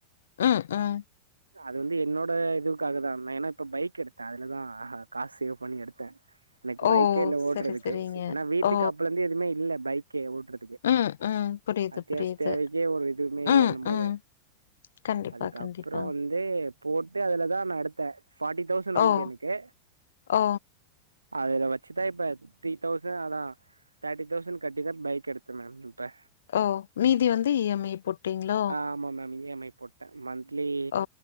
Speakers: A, on the left; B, on the right.
A: ம் ம்
B: ச அது வந்து என்னோட இதுவுக்காக தா ஏன்னா இப்ப பைக் எடுத்தே அதுலதா காசு சேவ் பண்ணி எடுத்தே எனக்கு
A: ஓ
B: பைக்கே இல்ல ஓட்றதுக்கு
A: செரி செரிங்க
B: ஏன்னா வீட்டுக்கு
A: ஓ
B: அப்பல இருந்து எதுமே இல்ல பைக்கே ஓட்றதுக்கு
A: ம் ம் புரியுது
B: அத்தியாவ
A: புரியுது
B: தேவைக்கே ஒரு எதுவுமே இல்லன்னும்
A: ம்
B: போது
A: ம் கண்டிப்பா
B: அதுக்கப்புறோ
A: கண்டிப்பா
B: வந்து போட்டு அதுலதா நா எடுத்தே ஃபார்ட்டி தௌசண்ட் வந்தது
A: ஓ
B: எனக்கு
A: ஓ!
B: அதுல வெச்சுதா இப்ப த்ரீ தௌசண்ட் அதா தேர்ட்டி தௌசண்ட் கட்டிதா பைக் எடுத்தே மேம் இப்ப
A: ஓ! மீதி வந்து இஎம்ஐ போட்டீங்களோ?
B: ஆ ஆமா மேம் இ எம் ஐ போட் டே மந்த்த்லி
A: ஓ!